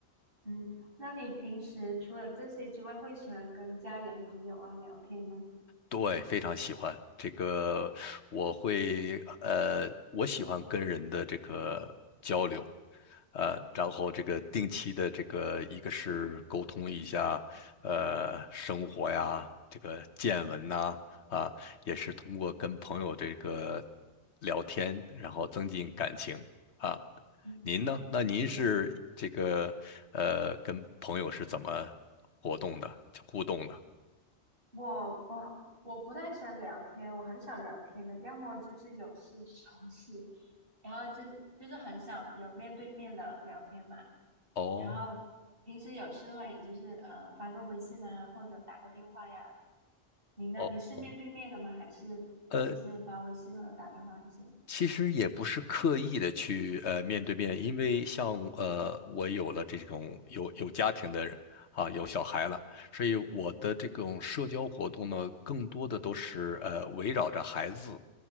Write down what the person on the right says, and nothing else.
嗯，那你平时除了这些之外，会喜欢跟家人朋友啊聊天吗？
嗯，
对。
我我我不太喜欢聊天，我很少聊天的，要么就是有事求事，然后就是就是很少有面对面的聊天嘛。
然后平时有事的话，也就是呃发个微信啊，或者打个电话呀。你呢？
你是面对面的吗？还是也是发微信或者打电话这些？